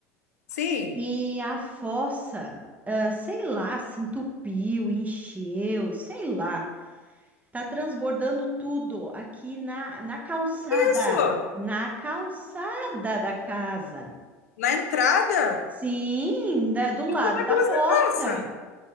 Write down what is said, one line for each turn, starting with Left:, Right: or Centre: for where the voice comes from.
Left: sim.
Right: E a fossa, ah, sei lá, se entupiu, encheu, sei lá. Tá transbordando tudo aqui na, na calçada,
Left: Isso,
Right: na calçada da casa.
Left: na entrada?
Right: Sim, da- do lado
Left: E como é
Right: da
Left: que você
Right: porta.
Left: passa?